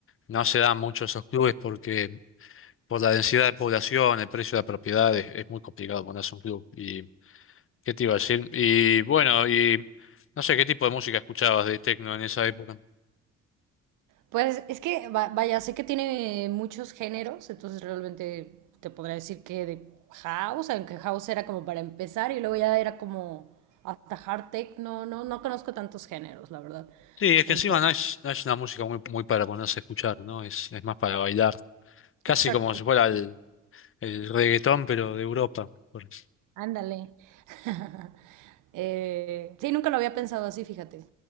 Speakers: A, on the left; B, on the right.
A: no se dan mucho esos clubes porque por la densidad de población, el precio de las propiedades, es es muy complicado ponerse un club. ¿Y qué te iba a decir? Y bueno, y no sé qué tipo de música escuchabas de techno en esa época.
B: Pues es que, va- vaya, sé que tiene muchos géneros, entonces realmente te podría decir que de house, aunque house era como para empezar y luego ya era como hasta hard tech, no, no, no conozco tantos géneros, la verdad.
A: Sí, es que
B: Entonces,
A: encima no es, no es una música muy, muy para ponerse a escuchar, ¿no? Es, es más para bailar. Casi
B: exacto,
A: como si fuera El reggaetón, pero de Europa. Por-
B: ándale. <laughs> Eh, sí, nunca lo había pensado así, fíjate.